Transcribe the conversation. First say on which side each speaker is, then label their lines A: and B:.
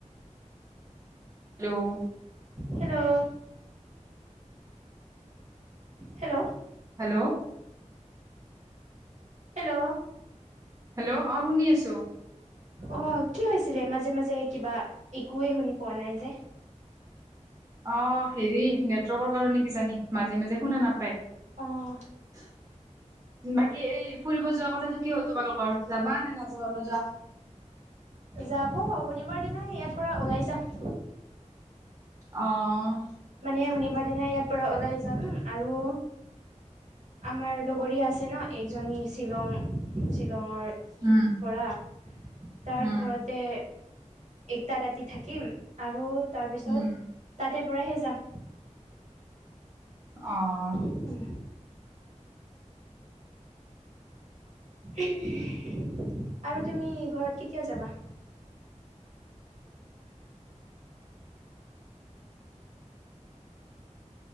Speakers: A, on the right; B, on the right.
A: Hello.
B: Hello, hello.
A: Hello.
B: Hello.
A: Hello অ', শুনি আছোঁ।
B: অ', কি হৈছিলে মাজে, মাজে কিবা একোৱে শুনি পোৱা নাই যে।
A: অ', হেৰি নেটৱৰ্কৰ কাৰণে কি জানি মাজে, মাজে শুনা নাপায়।
B: অ
A: বাকী এই ফুৰিব যোৱা কথাটো কি হ'ল? তোমালোকৰ যাবা নে নাযাবা নোযোৱা?
B: যাব শনিবাৰ দিনাই ইয়াৰ পৰা ওলাই যাম।
A: অ'।
B: মানে শনিবাৰ দিনা ইয়াৰ পৰা ওলাই যাম আৰু। আমাৰ লগৰীয়া আছে ন একজনী শ্বিলং শ্বিলঙৰ
A: উম।
B: পৰা তাত
A: উম
B: ঘৰতে। একটা ৰাতি থাকিম আৰু তাৰপিছত
A: উম
B: তাতে পৰাহে যাম।
A: অ'।
B: উম। আৰু তুমি ঘৰত কেতিয়া যাবা?